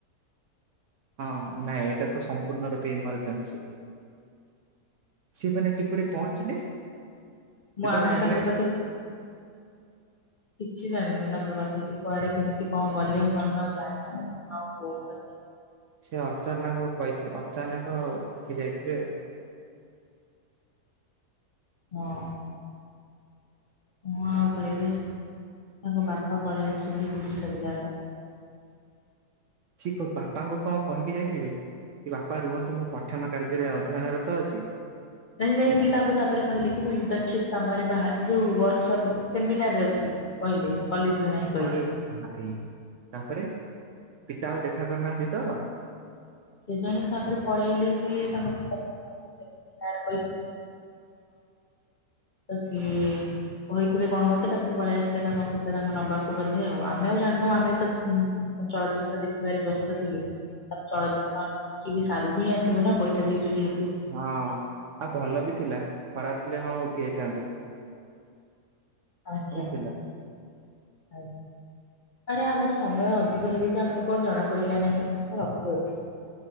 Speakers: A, on the right; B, on the left.
A: ହଁ ନାଇଁ ଏଇଟା ତ ସମ୍ପୂର୍ଣ୍ଣ ରୂପେ ଇମର୍ଜେନ୍ସି। ସେମାନେ କିପରି ପହଞ୍ଚିଲେ? ସେ
B: ମୁଁ ଆମେ
A: ତ ବ୍ୟାଗ
B: ତାଙ୍କ
A: ବ୍ୟାଗ
B: ପାଖେ କିଛି ଜାଣିନୁ ତାଙ୍କ କଥା। ସେ କୁଆଡେ କେମିତି କଣ ଗଲେ ମୁଁ ଆମେ ଆଉ ଜାଣିନୁ ମୁଁ ଆଉ ଫୋନ୍ କରି
A: ସେ ଅଚାନକ କହିଥି ଅଚାନକ ଉଠି ଯାଇଥିବେ ଆଉ।
B: ହଁ। ମୁଁ ଆଉ କହିବି ତାଙ୍କ ବାପା ପଳେଇ ଆସିଛନ୍ତି ବିଶ୍ଵବିଦ୍ୟାଳୟ।
A: ସିଏ ତୋ ବାପାଙ୍କୁ କଣ କହିକି ଯାଇଥିବେ? କି ବାପା ରୁହନ୍ତୁ ମୁଁ ପଠନ କାର୍ଯ୍ୟରେ ଅଧ୍ୟୟନରତ ଅଛି।
B: ନାଇଁ ନାଇଁ ସିଏ ତାଙ୍କୁ ତାପରେ କହିଲେ କି, ମୁଁ ଇଣ୍ଟର୍ନସିପ୍ କାମରେ ବାହା ଯୋଉ ୱାର୍କସପ ସେମିନାର ରେ ଅଛି। କହିଲେ କଲେଜରେ ନାହିଁ କହିଲେ।
A: ଘରେ ଭାଇ ତାପରେ ପିତା ଆଉ ଦେଖା କରିନାହାନ୍ତି ତ?
B: କେଜାଣି ତାପରେ ପଳେଇଲେ ସିଏ ତାଙ୍କ ପିତା <unintelligible> ତ ସିଏ କହିଥିବେ କଣ ଗୋଟେ ତାପରେ ପଳେଇ ଆସିଲେ ତାଙ୍କ ପିତା ତାଙ୍କ ନବାକୁ ବୋଧେ ଆଉ। ଆମେ ଆଉ ଜାଣିନୁ ଆମେ ତ ଚଳଚ୍ଚିତ୍ର ଦେଖିବାରେ ବ୍ୟସ୍ତ ଥିଲୁ, ତାପରେ ଚଳଚି ତ ଆମେ ଦେଖିକି ସାରିକି ହିଁ ଆସିବୁ ନା ପଇସା ଦେଇଛୁ ଯେହେତୁ।
A: ହଁ ଆଉ ଭଲ ବି ଥିଲା ଖରାପ ଥିଲେ ହଁ ଉଠି ଆଇଥାନ୍ତୁ।
B: ଆଜ୍ଞା
A: ଥିଲା।
B: ଆଜ୍ଞା। ଆରେ ଆମର ସମୟ ଅଧିକ ହେଇଯାଇଛି ଆମକୁ କଣ ଜଣା ପଡିଲା ନାହିଁ ମୁଁ ରଖୁଅଛି।